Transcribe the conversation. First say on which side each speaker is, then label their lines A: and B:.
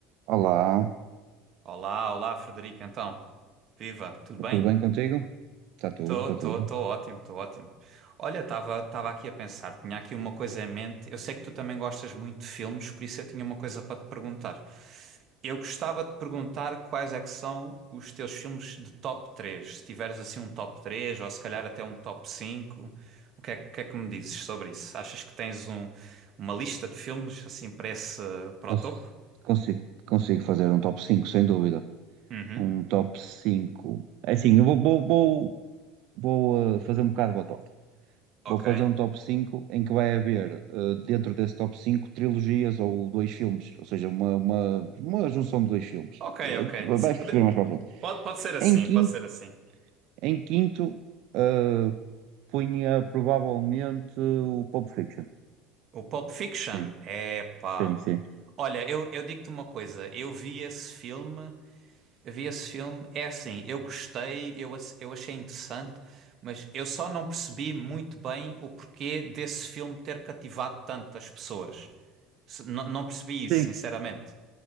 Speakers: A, on the right; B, on the right.
A: Olá, está
B: Olá, olá, Frederico, então. Viva, tudo
A: tudo
B: bem?
A: bem contigo? Está tudo,
B: Tô,
A: está
B: tô,
A: tudo.
B: tô ótimo, tô ótimo. Olha, estava estava aqui a pensar, tinha aqui uma coisa em mente. Eu sei que tu também gostas muito de filmes, por isso eu tinha uma coisa para te perguntar. Eu gostava de perguntar quais é que são os teus filmes de top 3. Se tiveres assim um top 3 ou se calhar até um top 5. o que é, que é que me dizes sobre isso? Achas que tens um, uma lista de filmes assim para esse, para
A: Cons-
B: o topo?
A: Consigo, consigo fazer um top 5 sem dúvida.
B: Uhum.
A: Um top 5. É assim, eu vou, vou, vou, vou, eh, fazer um bocado de batota.
B: Ok.
A: Vou fazer um top 5 em que vai haver, eh, dentro desse top 5 trilogias ou dois filmes. Ou seja, uma, uma, uma junção de dois filmes.
B: Ok,
A: Eh,
B: ok. Sim,
A: vais
B: pode...
A: perceber mais para a frente.
B: Pode, pode ser assim,
A: Em quinto,
B: pode ser assim.
A: em quinto, eh, punha provavelmente o Pulp Fiction.
B: O Pulp Fiction,
A: Sim,
B: é pá.
A: sim, sim.
B: Olha, eu, eu digo-te uma coisa, eu vi esse filme, eu vi esse filme, é assim, eu gostei, eu, ace- eu achei interessante, mas eu só não percebi muito bem o porquê desse filme ter cativado tantas pessoas. Se- Não, não percebi isso,
A: Sim,
B: sinceramente.